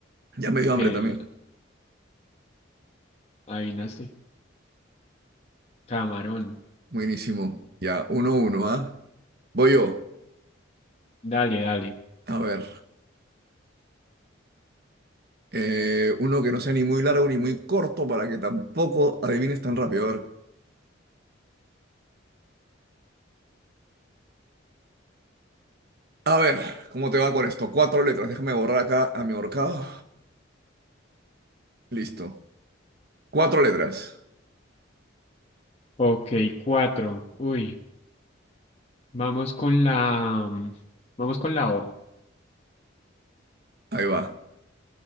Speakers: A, on the right; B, on the left.
A: Ya me dio
B: Hey,
A: hambre también.
B: la, adivinaste. Camarón.
A: Buenísimo. Ya, uno, uno, ¿ah? Voy yo.
B: Dale, dale.
A: A ver. eh, uno que no sea ni muy largo ni muy corto para que tampoco adivines tan rápido. A ver. A ver, ¿cómo te va con esto? Cuatro letras. Déjame borrar acá a mi ahorcado. Listo. Cuatro letras.
B: Ok, cuatro. Uy, vamos con la... mm, Vamos con la O.
A: Ahí va.